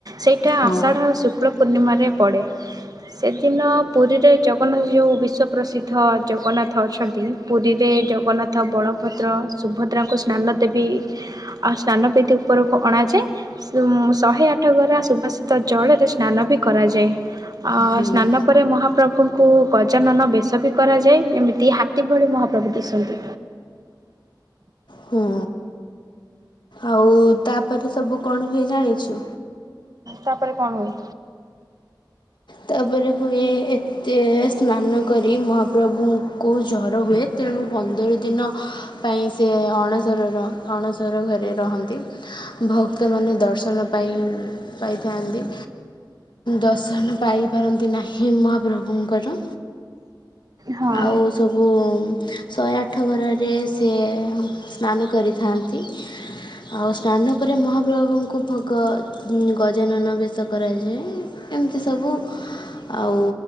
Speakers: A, on the right; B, on the left.
A: ସେଇଟା
B: ହଁ
A: ଆଷାଢ଼ ଆଉ ଶୁକ୍ଳ ପୂର୍ଣ୍ଣିମାରେ ପଡ଼େ ସେଦିନ ପୁରୀରେ ଜଗନ୍ନାଥ ଯେଉଁ ବିଶ୍ୱପ୍ର୍ରସିଦ୍ଧ ଜଗନ୍ନାଥ ଅଛନ୍ତି ପୁରୀରେ ଜଗନ୍ନାଥ ବଳଭଦ୍ର ସୁଭଦ୍ରାଙ୍କୁ ସ୍ନାନ ଦେବି ଆଉ ସ୍ନାନ ଉପରକୁ ଅଣାଯାଏ ଶହେ ଆଠ ଗରା ସୁବାସିିତ ଜଳରେ ସ୍ନାନ ବି କରାଯାଏ ଅ
B: ହୁଁ।
A: ସ୍ନାନ ପରେ ମହାପ୍ରଭୁଙ୍କୁ ଗଜାନନ ବେଶ ବି କରାଯାଏ ଯେମିତି କିଭଳି ମହାପ୍ରଭୁ ଦିଶନ୍ତି
B: ହୁଁ ଆଉ ତାପରେ ସବୁ କଣ ହୁଏ ଜାଣିଛୁ
A: ତାପରେ କଣ ହୁଏ
B: ତାପରେ ହୁଏ ଏତେ ସ୍ନାନ କରି ମହାପ୍ରଭୁଙ୍କୁ କେଉଁ ଜର ହୁଏ ତେଣୁ ବ ଦଳ ଦିନ ପାଇଁ ସେ ଅଣସରର ଅଣସର ଘରେ ରହନ୍ତି ଭକ୍ତ ଲୋକମାନେ ଦର୍ଶନ ପାଇଁ ପାଇଥାନ୍ତି ଦର୍ଶନ ପାଇପାରନ୍ତି ନାହିଁ ମହାପ୍ରଭୁଙ୍କର
A: ହଁ।
B: ଆଉ ସବୁ ଶହେ ଆଠ ଘର ରେ ସେ ସ୍ନାନ କରିଥାନ୍ତି ଆଉ ସ୍ନାନ ପରେ ମହା ହାପ୍ରଭୁଙ୍କୁ ଭୋଗ ଗଜାନନ ବେଶ କରାଯାଏ। ଏମିତି ସବୁ ଆଉ